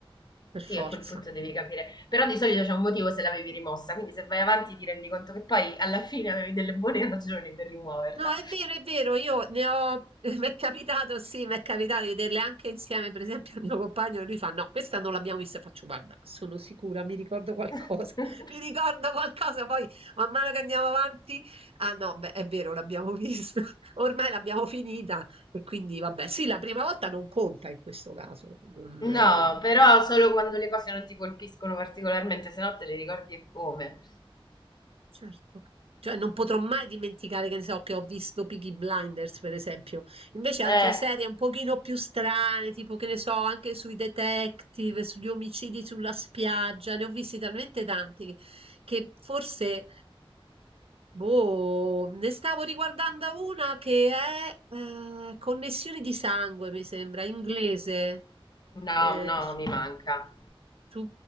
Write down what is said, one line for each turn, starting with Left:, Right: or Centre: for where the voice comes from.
Right: per forza.
Left: Sì, a quel punto devi capire, però di solito c'è un motivo se l'avevi rimossa, quindi se vai avanti ti rendi conto che poi alla fine avevi delle buone <laughs> ragioni per rimuoverla.
Right: No, è vero, è vero, io ne ho, <laughs> mi è capitato, sì, mi è capitato di vederle anche insieme, per esempio, il mio compagno, lui fa, no, questa non l'abbiamo vista, faccio, guarda, sono sicura, mi ricordo qualcosa,
Left: <laughs>
Right: <laughs> mi ricordo qualcosa, poi man mano che andiamo avanti, ah no, beh, è vero, l'abbiamo vista, <laughs> ormai l'abbiamo finita, e quindi vabbè, sì, la prima volta non conta in questo caso, non,
Left: No,
Right: eh,
Left: però solo quando le cose non ti colpiscono particolarmente, se no te le ricordi e come.
Right: Certo. Cioè non potrò mai dimenticare, che ne so, che ho visto Peaky Blinders, per esempio. Invece altre
Left: Eh,
Right: serie un pochino più strane, tipo che ne so, anche sui detective, sugli omicidi sulla spiaggia, ne ho visti talmente tanti che, che forse, boh, ne stavo riguardando una che è eh, Connessioni di sangue, mi sembra, inglese.
Left: no,
Right: Eh,
Left: no, mi manca.
Right: su